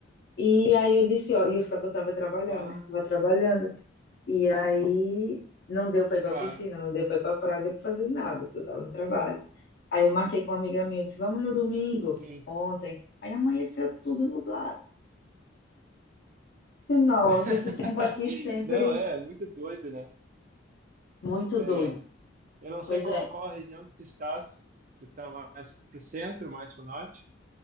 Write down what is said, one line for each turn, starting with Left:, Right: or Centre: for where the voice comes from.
Left: E aí eu disse, ó, e eu- só que eu estava trabalhando,
Right: Bah,
Left: né? Estava trabalhando. E aí não deu para ir para
Right: claro,
Left: a piscina, não deu para ir para a praia, não deu para fazer nada, porque eu estava no trabalho. Aí eu marquei com uma amiga minha, eu disse, vamos no domingo,
Right: sim.
Left: ontem. Aí amanheceu tudo nublado. E, Nossa,
Right: <laughs>
Left: esse tempo aqui sempre
Right: Não, é muito doido, né?
Left: muito
Right: É,
Left: doido.
Right: eu não sei
Left: Pois
Right: qual,
Left: é,
Right: qual a região que tu estás. Tu tá mais pro centro, mais pro norte?